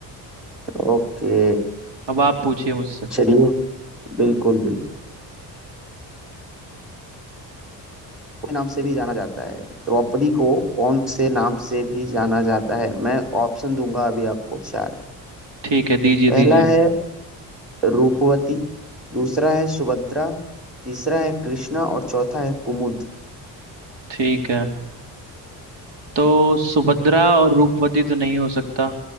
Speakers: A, in the centre; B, on the right.
A: ओके
B: अब आप पूछिए मुझसे
A: चलिए बिल्कुल बिल्कुल के नाम से भी जाना जाता है द्रौपदी को कौन से नाम से भी जाना जाता है मैं ऑप्शन दूंगा अभी आपको चार
B: ठीक है दीजिए
A: पहला
B: दीजिए
A: है रूपवती दूसरा है सुभद्रा तीसरा है कृष्णा और चौथा है कुमुद
B: ठीक है तो सुभद्रा और रूपवती तो नहीं हो सकता